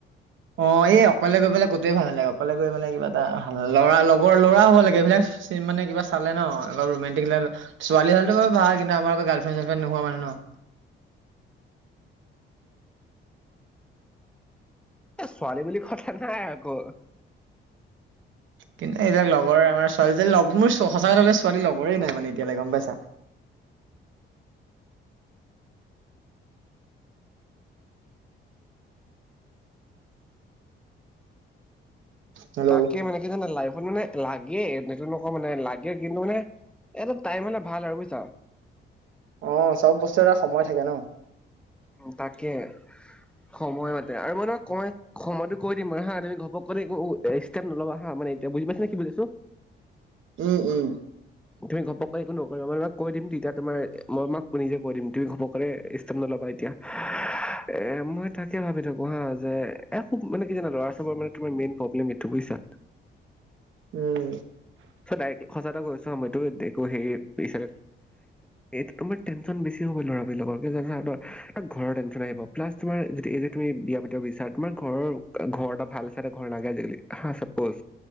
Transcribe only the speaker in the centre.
এ ছোৱালী বুলি কথা। নাই আকৌ
তাকে মানে কি যানা লা মানে লাগে এ যোন দখ মানে লাগে কিন্তু মানে এটা টাইম হলে ভাল আৰু বুইছ
উম তাকে সময় মাতে আৰু মই নহয় ক সময়তো কৈ দিম মানে হা তুমি ঘপক কলে একো ষ্টেপ নলবা হা মানে এতিয়া বুজি পাইছা নে কি বুজাইছো
তুমি ঘপকাৰে একো নকৰিবা মানে মাক কৈ দিম তেতিয়া তোমাৰ মই মাক নিজে কৈ দিম তুমি ঘপক কেনে স্তেপ নলবা এতিয়া এ মই তাকে ভাবি থাকো হা যে এ খুব মানে কি জানা ল'ৰা চবৰ মানে তোমাৰ মেইন প্ৰব্লেম এইটো বুইছা
চ ডাইৰেক্ সচা কৈছো আ মই ত দেক সেই হিচে এ তোমাৰ টেনচন বেছি হ'ব ল'ৰাবিলাকৰ কি হব যানা ঘৰৰ টেনচন আহিব প্লাছ তোমাৰ যদি এই যে তুমি বিয়া পাতিব বিচাৰা তোমাৰ ঘৰৰ ঘৰ এটা ভাল চে এটা ঘৰ লাগে আজিকালি হা চাপজ